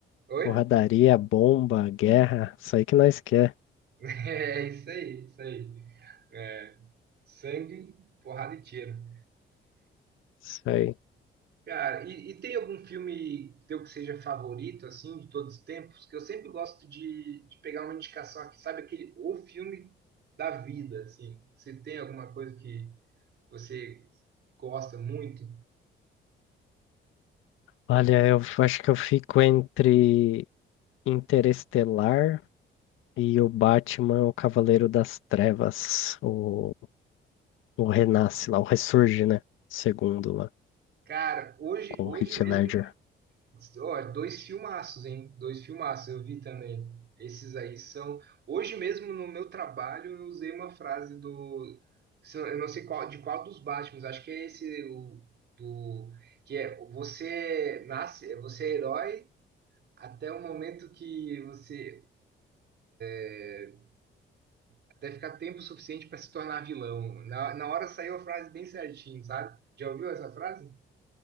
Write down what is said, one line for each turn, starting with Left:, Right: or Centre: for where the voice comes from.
Right: Oi?
Left: Porradaria,
Right: <laughs>
Left: bomba, guerra. Isso aí que nós quer.
Right: É, isso aí, isso aí. É, sangue, porrada e tiro.
Left: Isso aí.
Right: Cara, e, e tem algum filme teu que seja favorito, assim, de todos os tempos? Que eu sempre gosto de, de pegar uma indicação aqui, sabe, aquele, o filme da vida, assim. Você tem alguma coisa que Você gosta muito?
Left: Olha, eu f- acho que eu fico entre Interestelar E o Batman é o Cavaleiro das Trevas, o, o renasce lá, o ressurge, né? Segundo lá,
Right: Cara, hoje,
Left: com
Right: hoje
Left: o Heath
Right: mesmo,
Left: Ledger.
Right: ó, dois filmaços, hein? Dois filmaços, eu vi também. Esses aí são. Hoje mesmo no meu trabalho eu usei uma frase do. se Eu não sei qual, de qual dos Batmans, acho que é esse o, do. Que é você nasce, você é herói até o momento que você. é, Até ficar tempo suficiente para se tornar vilão. Na, na hora saiu a frase bem certinho, sabe? Já ouviu essa frase?